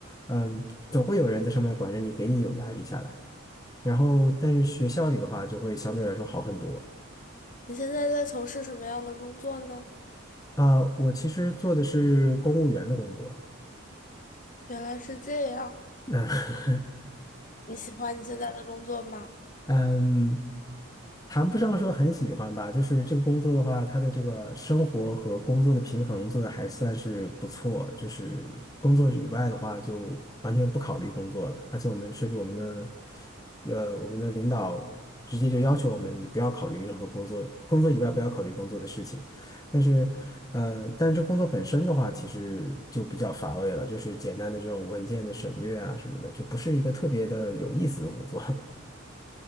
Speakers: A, on the left; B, on the left.
A: 嗯，总会有人在上面管着你，给你有压力下来。然后，但是学校里的话就会相对来说好很多。
B: 你现在在从事什么样的工作呢？
A: 啊，我其实做的是公务员的工作。
B: 原来是这样，
A: 那 <laughs>
B: 你喜欢你现在的工作吗？
A: 嗯，谈不上说很喜欢吧，就是这个工作的话，它的这个生活和工作的平衡做的还算是不错。就是工作以外的话，就完全不考虑工作了。而且我们甚至我们的，呃，我们的领导直接就要求我们，你不要考虑任何工作，工作以外不要考虑工作的事情。但是，呃，但是这工作本身的话，其实就比较乏味了，就是简单的这种文件的审阅啊什么的，就不是一个特别的有意思的工作。<laughs>